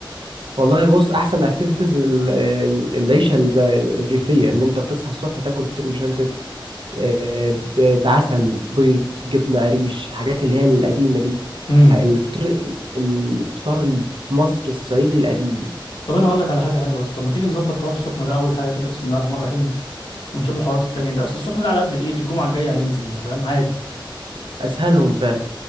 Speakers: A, on the right; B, on the left.
A: والله بص احسن اكتيفيتيز العيشه الب- الريفيه اللي انت بتصحى الصبح تاكل فطير مشلتت آه، ب- بعسل بيض جبنة قريش الحاجات اللي هي القديمة دي
B: امم
A: ح- الفطر الفطار المصري الصعيدي القديم
B: طب انا هقول لك على حاجه حلوه يا اسطى ما تيجي نظبط حوار السخنه ده اول حاجه كده بسم الله الرحمن الرحيم ونشوف الحوارات التانية دي اصل السخنه ده على قد الايد الجمعه الجايه هننزل انت فاهم عادي
A: أسهلهم فعلا